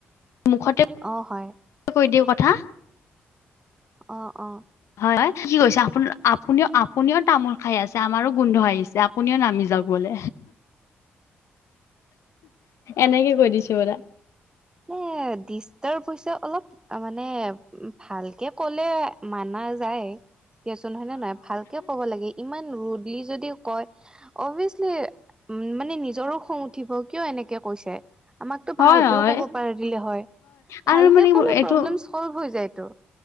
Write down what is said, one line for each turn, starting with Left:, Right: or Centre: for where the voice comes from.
Left: মুখতে,
Right: অঁ হয়,
Left: কৈ দিওঁ কথা।
Right: অঁ অঁ
Left: হয় হয় কি কৈছে, আপু আপুনিও আপুনিও তামোল খাই আছে আমাৰো গোন্ধ আহিছে। আপুনিও নামি যাওক বোলে।
Right: <inaudible>
Left: এনেকে কৈ দিছে পোৰা।
Right: উম দিছ তাৰ পইছে অলপ তামানে ভালকে ক'লে মানা যায়। দিয়াচোন হয় নে নহয় ভালকে ক'ব লাগে ইমান ৰু'দলি যদি কয়, অভিয়াচলি উম মানে নিজৰো খং উঠিব, কিয় এনেকে কৈছে আমাকতো
Left: হয়
Right: ভাল কেও
Left: হয়
Right: ক'ব পাৰিলে হয়,
Left: আৰু
Right: ভালকে
Left: মানে
Right: ক'লে
Left: এইটো
Right: প্ৰব্লেম চল্ভ হৈ যায়তো।